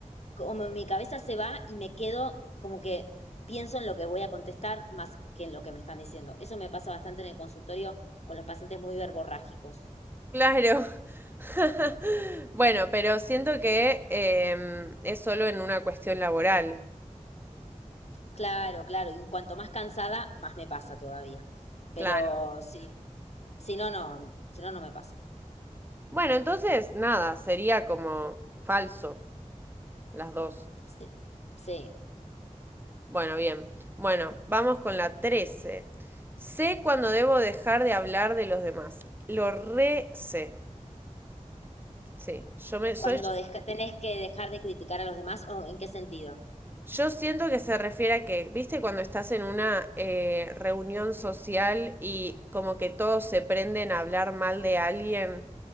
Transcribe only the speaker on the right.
Claro. <laughs> Bueno, pero siento que em, es solo en una cuestión laboral.
Claro.
Bueno, entonces, nada, sería como falso las dos.
Bueno, bien. Bueno, vamos con la 13. Sé cuando debo dejar de hablar de los demás. Lo re sé. Sí, yo me soy...
Yo siento que se refiere a que, viste, cuando estás en una eh, reunión social y como que todos se prenden a hablar mal de alguien,